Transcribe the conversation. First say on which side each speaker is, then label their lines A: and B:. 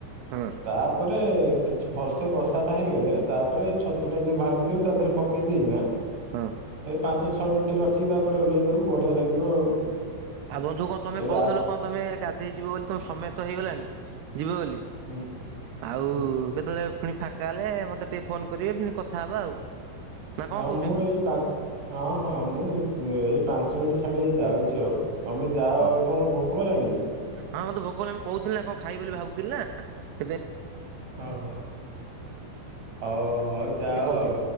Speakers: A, on the right; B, on the right.
A: ହଁ
B: ତାପରେ କିଛି ଭଲସେ କଷା ଟା ହେଇଗଲେ ତାପରେ ଛତୁ ଟା ଯୋଉ ଭାଜିଦଉ ତା ଦେହରେ ପକେଇ ଦେଇକିନା
A: ହଁ।
B: ଏଇ ପାଞ୍ଚ ଛଅ ମିନିଟ୍ ରଖିକି ତାପରେ ଓହ୍ଲେଇ ଦବୁ ବଢିଆ ଲାଗିବ ଆଉ।
A: ଆଉ ବନ୍ଧୁ କଣ ତମେ
B: କେବେ
A: କହୁଥିଲ
B: ଆସ
A: କଣ ତମେ ଗାଧେଇ ଯିବ ବୋଲି ତମ ସମୟତ ହେଇଗଲାଣି ଯିବ ବେଲି।
B: ହୁଁ
A: ଆଉ
B: ହୁଁ
A: କେତେବେଳେ ଫୁଣି ଫାଙ୍କା ହେଲେ ମତେ ଟିକେ ଫୋନ କରିବେ ଫିଣି କଥା ହବା ଆଉ। ନା କଣ
B: ହଁ
A: କହୁଛନ୍ତି?
B: ମୁଁ ଏଇ ପା-ହଁ ହଁ ମୁଁ ଏଇ ପାଞ୍ଚ ମିଣ୍ଟି ଛାଡିକି ଯାଉଚି ଆଉ। ତମେ ଯାଅ,
A: ହଁ
B: ତମୁକୁ ଭୋକ କଲାଣି କି?
A: ହଁ ମତେ ଭୋକ କଲାଣି ମୁଁ କହୁଥିଲ ନା କଣ ଖାଇବି ବୋଲି ଭାବୁଥିଲି ନା। <inaudible>
B: ଅ ହ, ହଉ ହଉ ଯାଅ
A: କହୁଥିଲି।
B: ଆଉ।